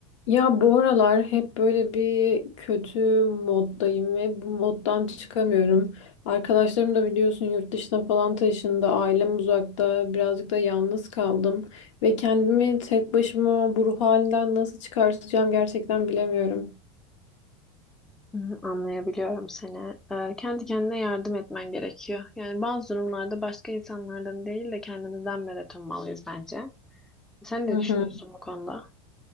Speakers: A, on the left; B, in the centre.
A: Ya bu aralar hep böyle bir kötü moddayım ve bu moddan çıkamıyorum. Arkadaşlarım da biliyorsun yurt dışına falan taşındı. Ailem uzakta. Birazcık da yalnız kaldım. Ve kendimi tek başıma bu ruh halinden nasıl çıkartacağım gerçekten bilemiyorum.
B: Hı Anlayabiliyorum seni. Ee, kendi kendine yardım etmen gerekiyor. Yani bazı durumlarda başka insanlardan değil de kendimizden medet ummalıyız bence. Sen ne
A: Hı hı.
B: düşünüyorsun bu konuda?